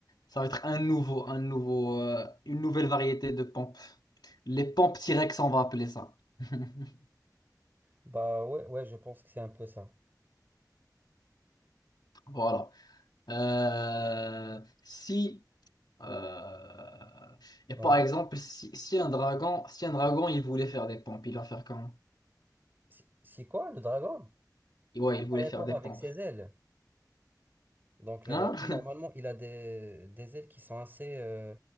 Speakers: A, on the left (about 75°); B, on the right (about 25°).
A: ça va être un nouveau, un nouveau, euh, une nouvelle variété de pompes. Les pompes T-Rex, on va appeler ça. <laughs>
B: Bah ouais, ouais, je pense que c'est un peu ça.
A: Voilà. Euh, si Euh, Et
B: Ouais.
A: par exemple, si, si un dragon, si un dragon, il voulait faire des pompes, il va faire comment?
B: Si, si quoi, le dragon?
A: Ouais,
B: Il va
A: il voulait
B: faire les
A: faire
B: pompes
A: des
B: avec
A: pompes.
B: ses ailes. Donc le
A: Hein?
B: dragon,
A: <laughs>
B: normalement, il a des, des ailes qui sont assez, euh,